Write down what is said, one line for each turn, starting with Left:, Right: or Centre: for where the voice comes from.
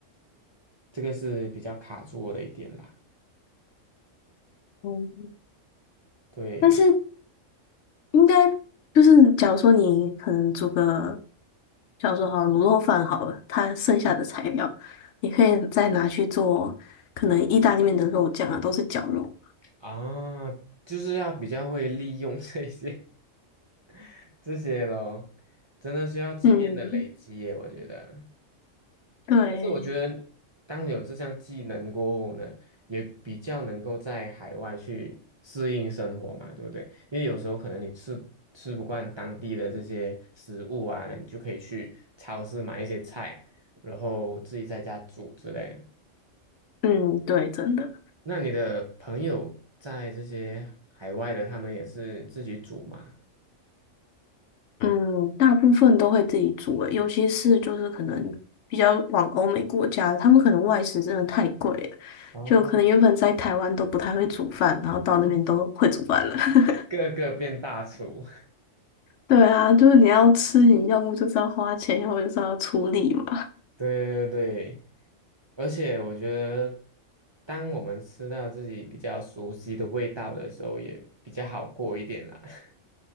Right: 这个是比较卡住我的一点啦，
Left: 嗯，
Right: 对。
Left: 但是应该就是假如说你可能煮个，假如说好卤肉饭好了，它剩下的材料，你可以再拿去做可能意大利面的肉酱啊，都是绞肉。
Right: 啊，就是要比较会利用这些 <laughs> 这些咯，真的需要经验的累积耶，
Left: 嗯，
Right: 我觉得。
Left: 对，
Right: 但是我觉得，当你有这项技能过后呢，也比较能够在海外去适应生活嘛，对不对？因为有时候可能你吃吃不惯当地的这些食物啊，那你就可以去超市买一些菜，然后自己在家煮之类的。
Left: 嗯，对，真的，
Right: 那你的朋友在这些海外的，他们也是自己煮吗？
Left: 嗯，大部分都会自己煮诶，尤其是就是可能比较往欧美国家，他们可能外食真的太贵了，
Right: 哦，
Left: 就可能原本在台湾都不太会煮饭，然后到那边都会煮饭了。<laughs>
Right: 个个变大厨，<laughs>
Left: 对啊，就是你要吃，你要么就是要花钱，要么就是要出力嘛。
Right: 对对对，而且我觉得，当我们吃到自己比较熟悉的味道的时候，也比较好过一点啦。<laughs>